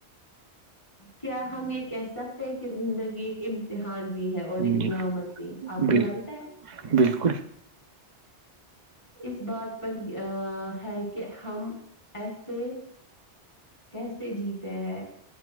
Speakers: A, on the left; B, on the right.
A: کیا ہم یہ کہ سکتے ہیں کہ زندگی ایک امتحان بھی ہے اور ایک
B: جی
A: نعمت بھی آپ کو
B: بال
A: لگتا ہے
B: بالکل
A: اس بات پر ہی ا ہے کہ ہم ایسے <inaudible> کیسے جیتے ہیں